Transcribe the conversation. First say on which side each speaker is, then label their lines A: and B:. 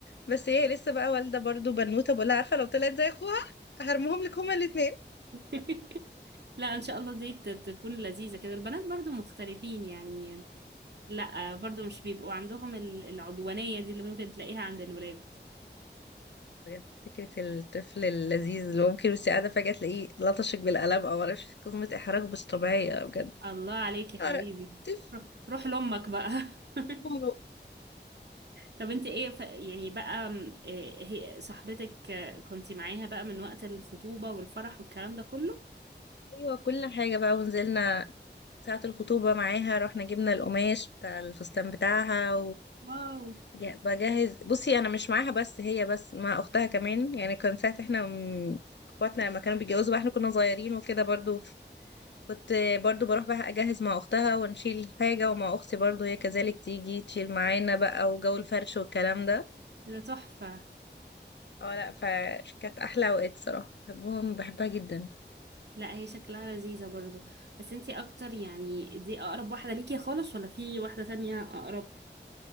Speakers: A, on the left; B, on the right.
A: بس هي لسه بقى والدة برضو بنوتة بقولها عارفة لو طلعت زي اخوها هرمهم لك هما الاتنين
B: <laughs> لا ان شاء الله دي ت- تكون لذيذة كده البنات برضو مختلفين يعني لا برضو مش بيبقوا عندهم ال- العدوانية دي اللي ممكن تلاقيها عند الولاد
A: بجد فكرة الطفل اللذيذ اللي ممكن وانت قاعدة فجأة تلاقيه لطشك بالقلم او معرفش قسمة احراج مش طبيعية بجد
B: الله عليك يا حبيبي
A: عرق، طفل
B: روح روح لأمك بقى <laughs>
A: بابا.
B: طب انت ايه ف... يعني بقى م، إيه هي صاحبتك آه، كنتي معاها بقى من وقت الخطوبة والفرح والكلام ده كله
A: ايوه كل حاجة بقى ونزلنا ساعة الخطوبة معاها رحنا جبنا القماش بتاع الفستان بتاعها
B: واو
A: وبجهز بصي أنا مش معاها بس هي بس مع أختها كمان يعني كان ساعة احنا م- اخواتنا لما كانوا بيتجوزوا بقى احنا كنا صغيرين وكده برضو كنت برضو بروح بقى اجهز مع اختها ونشيل حاجة ومع اختي برضو هي كذلك تيجي تشيل معانا بقى وجو الفرش والكلام ده
B: ده تحفة
A: اه لا فكانت احلى اوقات صراحة بحبهم بحبها جدا
B: لا هي شكلها لذيذة برضو بس انت اكتر يعني دي اقرب واحدة ليكي خالص ولا في واحدة تانية اقرب